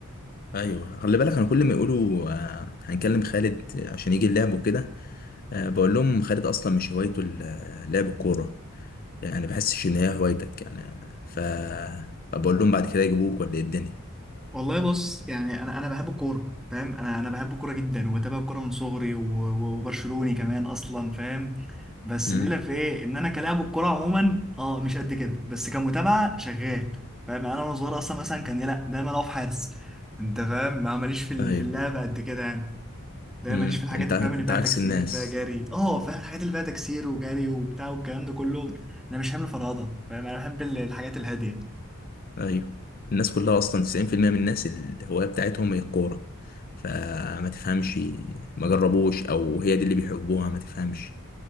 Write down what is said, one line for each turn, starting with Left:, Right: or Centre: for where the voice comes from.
Left: ايوه خلي بالك انا كل ما يقولوا آه، هنكلم خالد عشان يجي اللعب وكده آه، بقول لهم خالد اصلا مش هوايته ال- آه، لعب الكورة يعني بحسش ان هي هوايتك يعني ف بقول لهم بعد كده يجيبوك ولا ايه الدنيا؟
Centre: والله بص يعني انا انا بحب الكوره فاهم انا انا بحب الكوره جدا وبتابع الكوره من صغري و- و- وبرشلوني كمان اصلا فاهم بس
Left: مم.
Centre: الليله في ايه ان انا كلاعب الكوره عموما اه مش قد كده بس كمتابعه شغال فاهم يعني انا وانا صغير اصلا مثلا كان لا دايما اقف حارس انت فاهم ما ماليش في ال-
Left: ايوه
Centre: في اللعب قد كده يعني دايما
Left: مم.
Centre: ماليش في الحاجات
Left: انت
Centre: اللي
Left: عك-
Centre: فاهم اللي
Left: انت
Centre: فيها
Left: عكس
Centre: تكسير
Left: الناس
Centre: فيها جري اه فاهم الحاجات اللي فيها تكسير وجري وبتاع والكلام ده كله انا مش حامل فرهضه فاهم انا بحب ال- الحاجات الهاديه
Left: ايوه الناس كلها اصلا 90% من الناس الهوايه بتاعتهم هي الكوره فما تفهمش ما جربوش او هي دي اللي بيحبوها ما تفهمش